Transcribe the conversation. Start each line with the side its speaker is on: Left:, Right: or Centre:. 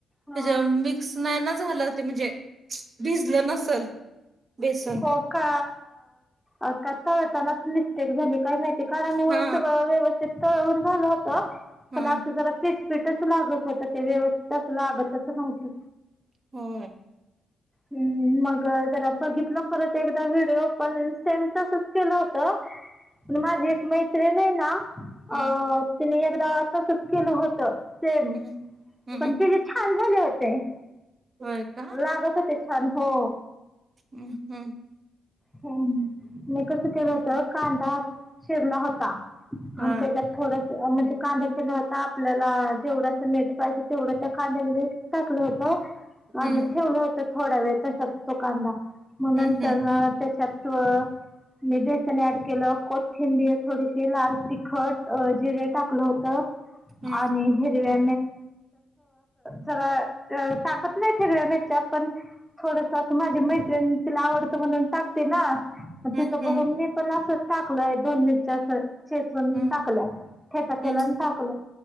Centre: हां
Right: त्या मिक्स नाही ना झालं ते म्हणजे भिजलं नसल बेसन
Centre: हो का आताताताना मिस्टेक झाली काही नाही कारण व
Right: हा
Centre: सगळ व्यवस्थित तळून झालं होत
Right: हा
Centre: पण असं जरा प हपीटच लागत होत ते व्यवस्थित लागतच नव्हतं
Right: हो
Centre: हम्म मग जरा बघितलं परत एकदा व्हिडिओ पण सेम तसच केलं होत माझी एक मैत्रिणी ना
Right: हम्म
Centre: अ तिने एकदा तसच केलं होत ते
Right: हम्म हम्म
Centre: पण त जे छान झाले होते
Right: होय का?
Centre: लागत हो ते छान हो
Right: हम् हम्म
Centre: ह् म कस केलं होत
Right: हं
Centre: कांदा ची रला होता
Right: हा
Centre: आणि त्याच्यात थोड म्हणजे कांदा ल होता आपल्याला जेवढा नेट पाहिजे तेवढं त्या कांद्यामध्ये टाकलं होतं
Right: हं
Centre: आणि
Right: हं
Centre: ठेवलं होत थोडा वेळ तस असतो कांदा मग नंतर
Right: हं हं
Centre: तू मी बेसन ऍड केलं कोथिंबीर थोडीशी लाल तिखट जिरे टाकलं होत
Right: हं
Centre: आणि हिरव्य जरा टाकत नाही त्यात केलेल्या थोडासा ज्त तिला आवडतं म्हणून टाकते ना तिथं
Right: हं हं
Centre: बघून मी पण असं टाकलय दोन मिरच्या अस चेचून
Right: हं
Centre: टाकल्या ठेचा केला
Right: हं
Centre: आणि टाकलं